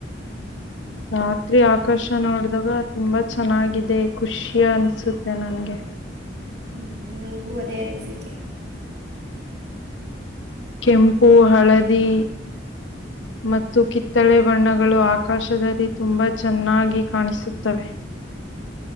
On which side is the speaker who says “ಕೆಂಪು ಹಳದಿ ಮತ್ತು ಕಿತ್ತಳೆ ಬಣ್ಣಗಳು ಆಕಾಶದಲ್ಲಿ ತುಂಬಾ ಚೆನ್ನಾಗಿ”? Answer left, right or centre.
Left